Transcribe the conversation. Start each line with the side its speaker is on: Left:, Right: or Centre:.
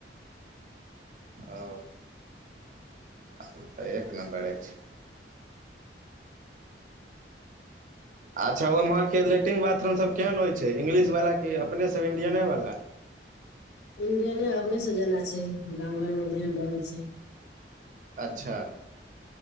Right: ओ तहन तऽ एक नम्बर अछि अच्छा ओम्हरके लैट्रिन बाथरूम सभ केहन होइ छै इंग्लिशवला कि अपनेसभ इंडियने वला
Left: इंडियने अपने सब जाना छै गाँंव घर मे जेहन रहै छै
Right: अच्छा